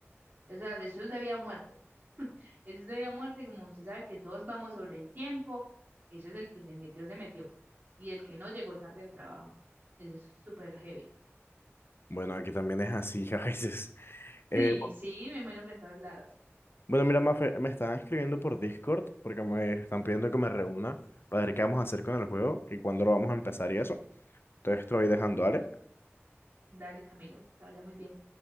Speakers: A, on the right; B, on the left.
A: O sea, eso es de vida o muerte. Eso es de vida o muerte, como usted sabe que todos vamos sobre el tiempo, eso es el que se metió, se metió. Y el que no llegó tarde al trabajo. Eso es súper heavy.
B: Bueno, aquí también es así <laughs> a veces. Eh,
A: Sí,
B: bu-
A: sí, me imagino que en todos lados.
B: bueno, mira, Mafe, me están escribiendo por Discord porque me están pidiendo que me reúna para ver qué vamos a hacer con el juego y cuándo lo vamos a empezar y eso. Entonces estoy dejando, ¿vale?
A: Dale, Camilo, te vaya muy bien.